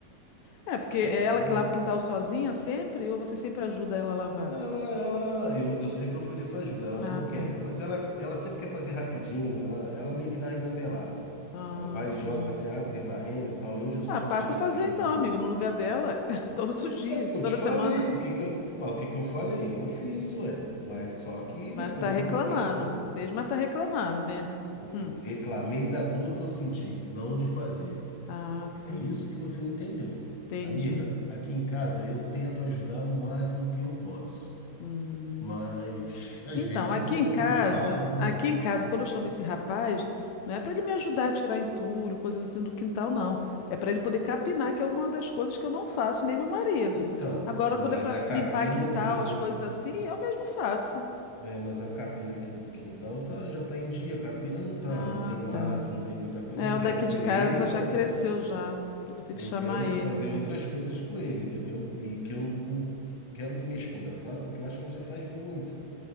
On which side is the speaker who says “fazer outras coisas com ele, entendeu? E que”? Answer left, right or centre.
Left